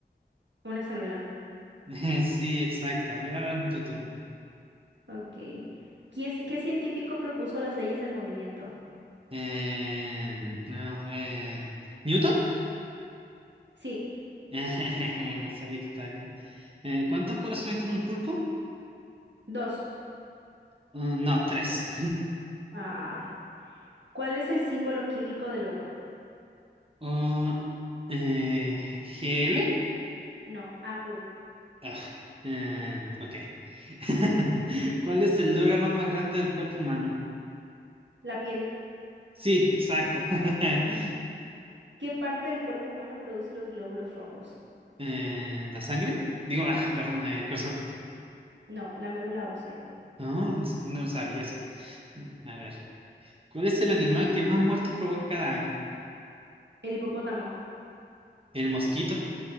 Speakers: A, on the right; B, on the right.
A: Una célula.
B: <laughs> Sí, exacto. A ver, ahora es tu turno.
A: Ok. ¿Qué, es- qué científico propuso las leyes del movimiento?
B: Eh, no, eh, ¿Newton?
A: Sí,
B: <laughs> Sabía que estaba bien. Eh, ¿cuántos corazones tiene un pulpo?
A: dos.
B: Uh, no, tres. <laughs>
A: Ah. ¿Cuál es el símbolo químico del oro?
B: Oh, eh, ¿GL?
A: No, AU.
B: Ah, eh, ok. <laughs> ¿Cuál es el órgano más grande del cuerpo humano?
A: La piel.
B: Sí, exacto. <laughs>
A: ¿Qué parte del cuerpo humano produce los glóbulos rojos?
B: Eh, ¿la sangre? Digo, ah, perdón, eh, el corazón.
A: No, la médula ósea.
B: No, no sabía eso. A ver, ¿cuál es el animal que más muertes provoca cada año?
A: El hipopótamo.
B: El mosquito.